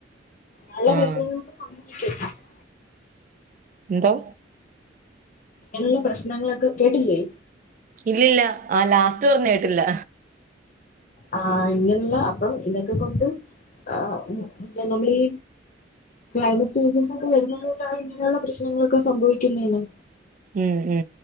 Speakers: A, on the left; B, on the right.
A: നല്ല
B: ആഹ്
A: പ്രശ്നങ്ങൾക്ക്‌ സ <unintelligible>
B: ന്തോ
A: ങ്ങെനെയുള്ള പ്രശ്നങ്ങളൊക്കെ കേട്ടില്ലേ
B: ഇല്ലല്ല ആ ലാസ്റ്റ് പറഞ്ഞ കേട്ടില്ല
A: അ ആ ഇങ്ങനെയുള്ള അപ്പം ഇതൊക്കെ ക്കൊണ്ട് ആ നമ്മൾ ഈ ക്ലൈമറ്റ് ചേഞ്ചസൊക്കെ വരുന്നത് കൊണ്ടാണ് ഇങ്ങനെയുള്ള പ്രശ്നങ്ങളൊക്കെ സംഭവിക്കുന്നെന്ന്
B: ഉം ഉ